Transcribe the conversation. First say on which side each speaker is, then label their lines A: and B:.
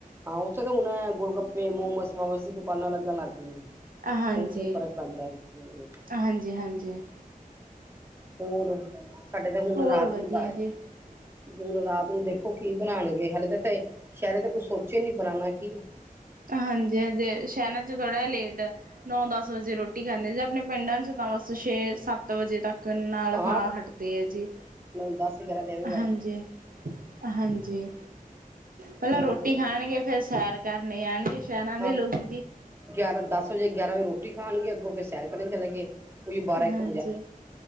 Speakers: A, on the right; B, on the right.
A: ਹਾਂ ਉੱਥੇ ਤਾਂ ਹੁਣ ਏ ਗੋਲ ਗੱਪੇ, ਮੋਮਸ ਵੋਾਮਸ ਦੀ ਦੁਕਾਨਾਂ ਲੱਗਣ ਲੱਗ ਗਈਆਂ
B: ਹਾਂਜੀ-
A: ਉੱਥੇ ਫ਼ਰਕ ਪੈਂਦਾ ਹੂੰ।
B: ਹਾਂਜੀ -ਹਾਂਜੀ
A: ਹੋਰ ਸਾਡੇ ਤੇ ਹੁਣ
B: ਹੋਰ
A: ਰਾਤ
B: ਵਧੀਆ
A: ਨੂੰ ਪਾਏ
B: ਜੀ।
A: ਹੁਣ ਰਾਤ ਨੂੰ ਦੇਖੋ ਕੀ ਬਣਾਉਣਗੇ, ਹਾਲੇੇ ਤਾਂ ਸ਼ਹਿਰੇ ਤੇ ਕੁਛ ਸੋਚੇ ਨੀ ਬਣਾਉਣਾ ਕੀ ਹੈ
B: ਹਾਂਜੀ-ਹਾਜੀ, ਸ਼ਹਿਰਾ ਚ ਥੋੜ੍ਹਾ ਲੇਟ ਨੌ ਦਸ ਵਜੇ ਰੋਟੀ ਖਾਂਦੇ ਜੇ, ਆਪਣੇ ਪਿੰਡਾਂ ਚ ਤਾਂ ਬਸ ਛੇ ਸੱਤ ਵਜੇ ਤੱਕ ਗਣ ਨਾਲ
A: ਹਾਂ
B: ਖਾ ਹਟਦੇ ਆ ਜੀ
A: ਦਸ ਗਿਆਰਾਂ ਦੇ ਐਵੇਂ ਵੱਜ
B: ਹਾਂਜੀ ਹਾਂਜੀ, ਪਹਿਲਾਂ
A: ਬਹੁਤ
B: ਰੋਟੀ ਖਾਣਗੇ, ਫੇਰ ਸੈਰ ਕਰਨ ਆਣਗੇ ਸ਼ਹਿਰਾਂ ਦੇ
A: ਹਾਂ
B: ਲੋਕੀ ਜੀ
A: ਗਿਆਰਾਂ ਦਸ ਵਜੇ ਗਿਆਰਾਂ ਵਜੇ ਰੋਟੀ ਖਾਣਗੇ, ਅੱਗੋਂ ਫੇਿਰ ਸੈਰ ਕਰਨ ਚਲੇ ਗਏ ਕੋ ਬਾਰਾਂ ਇੱਕ
B: ਹਾਂਜੀ,
A: ਵਜ